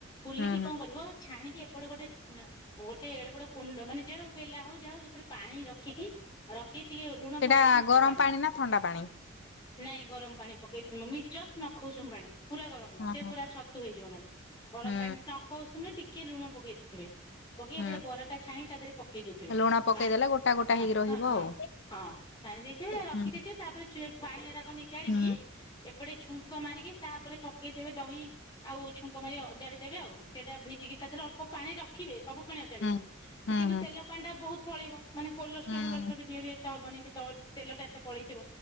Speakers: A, on the left; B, on the left.
A: ଫୁଲିକି
B: ହୁଁ ହୁଁ
A: କଣ କରିବ ଛାଣିକି ଏପଟେ ଗୋଟେ ଗୋଟେ ଏଡ ବଡ କୁଣ୍ଡ ମାନେ ଯେଡେ ବେଲା ହଉ ଯାହଉ ଯଉଥିରେ ପାଣି ରଖିକି ରଖିକି ଟିକେ ଲୁଣ
B: ସେଇଟା
A: ପକେଇ ଦେଇଥିବେ
B: ଗରମ
A: ସେ ପାଣିରେ।
B: ପାଣି ନା ଥଣ୍ଡା ପାଣି।
A: ନାଇଁ ଗରମ ପାଣି ପକେଇଦ ମି ଜଷ୍ଟ ନଖଉସୁ ପାଣି। ପୁରା ଗରମ ନହ
B: ହଁ
A: ସେ
B: ହଁ
A: ପୁରା ଛତୁ ହେଇଯିବ ନହେଲେ ଗରମ
B: ହୁଁ
A: ପାଣି ନଖସୁନେ ଟିକେ ଟଏ ଲୁଣ ପକେଇ ଦେଇଥିବେ ପକେଇକି
B: ହୁଁ
A: ଏପଟେ ବରା ଟା ଛାଣି ତା ଦେହରେ ପକେଇ ଦଉଥିବେ
B: ଲୁଣ ପକେଇଦେଲେ
A: ଲା
B: ଗୋଟା ଗୋଟା
A: ହ
B: ହେଇକି ରହିବ
A: ହଁ ହଁ
B: ଆଉ।
A: ହଁ ଛାଣି ଦେଇଥିବେ ରଖିଦେଇଥିବେ
B: ହୁଁ
A: ତାପରେ ଚି ପାଣି ନିଗାଡିକି
B: ହୁଁ
A: ଏପଟେ ଛୁଙ୍କ ମାରିକି ତାପରେ ପକେଇଦେବେ ଦହି ଆଉ ଛୁଙ୍କ ମାରି ଅଜାଡି ଦେବେ ଆଉ ସେଇଟା ଭିଜିକି ତା ଦେହରେ ଅଳ୍ପ ପାଣି ରଖ ରଖିବେ ସବୁ ପାଣିଚାଡ଼ିବେନି
B: ହୁଁ। ହୁଁ
A: କିନ୍ତୁ
B: ହୁଁ
A: ତେଲ ପାଣି ଟା ବହୁତ ପଳେଇବ ମାନେ କୋଲଷ୍ଟ୍ରୋ
B: ହୁଁ
A: ଫୋଲଷ୍ଟ୍ରୋ ବି ଦି ଏତେ ହବନି ସେ ତ ତେଲଟା ଏତେ ପଳେଇଥିବ।